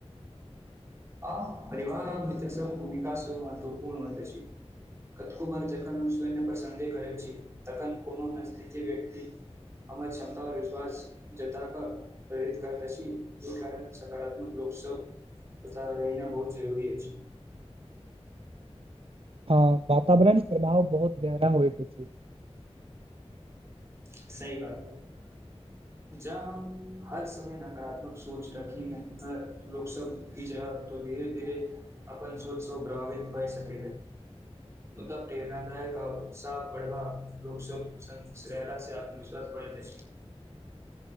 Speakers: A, on the right; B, on the right.
A: आ परिवार आ मित्र सब भूमिका सेहो महत्वपूर्ण होइत अछि कतको बार जखन हम स्वन्य पर सन्देह करैत छी तखन कोनो नज व्यक्ति हमर क्षमता पर विश्वास जता कऽ प्रेरित करैत अछि एहि कारण सकारात्मक लोक सब तथा रहिना बहुत जरूरी अछि
B: हँ वातावरण प्रभाव बहुत गहरा होइत छै
A: स <unintelligible> ही बात जह हम हर समय नकारात्मक सोच रखी है लोक सब बीच रह त धीरे धीरे अपन सोच सब प्रभावित भए सक मुदा प्रेरणादायक आ उत्साह बढ़वा लोक सब्र से आ विश्वास पड़ै अछि